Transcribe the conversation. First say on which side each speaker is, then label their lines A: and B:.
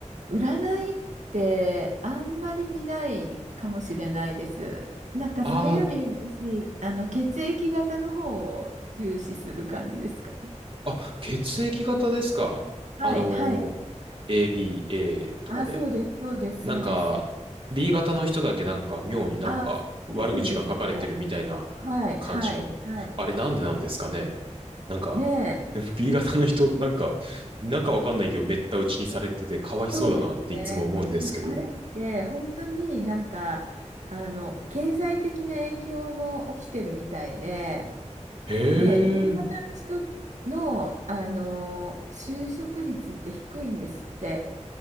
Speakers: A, on the right; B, on the right.
A: 占いってあんまり見ないかもしれないです。なんかそれより私、
B: ああー、
A: あの、血液型の方を重視する感じですかね。
B: あ、血液型ですか。
A: はい、
B: あの
A: はい。
B: ー、A、B、A とかで。
A: あ、そうです、そうです、
B: なんか、
A: そうです。
B: B 型の人だけなんか妙になんか悪口が書かれてるみたいな
A: あ、そそうですね。はい、
B: 感じの。
A: はい、はい。
B: あれなんでなんですかね。なんか、
A: ねえ、
B: <laughs> B 型の人なんか、なんかわかんないけどめった打ちにされててかわいそうだなっていつも思うんですけど。
A: そうですね。であれって本当になんか、あの、経済的な影響も起きてるみたいで、
B: へえ、
A: で、B 型の人の、あの、就職率って低いんですって。